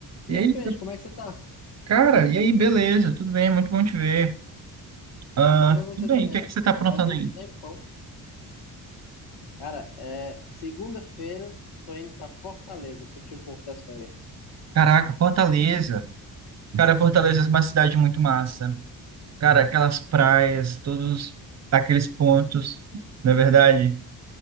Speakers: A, on the left (about 80°); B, on the right (about 40°).
A: E
B: E
A: aí,
B: aí,
A: Peixe, como é que você tá?
B: cara, e aí, beleza, tudo bem, muito bom te ver. Ah,
A: Bom ver você
B: tudo bem,
A: também.
B: o que é que você tá aprontando
A: Faz um
B: aí?
A: tempão. Cara, é segunda-feira, tô indo pra Fortaleza, curtir um pouco das férias.
B: Caraca, Fortaleza. Cara, Fortaleza é uma cidade muito massa. Cara, aquelas praias, todos aqueles pontos, não é verdade?